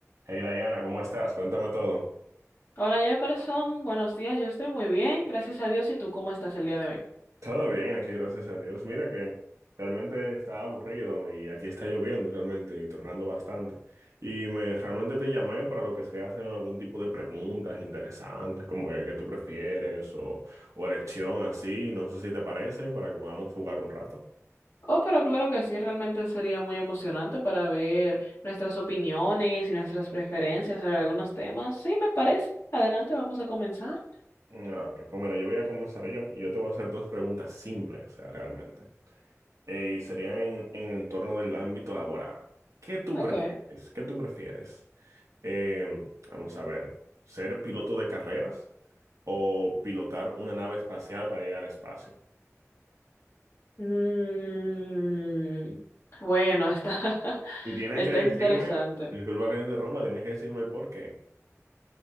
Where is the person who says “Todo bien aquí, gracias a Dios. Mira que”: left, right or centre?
Right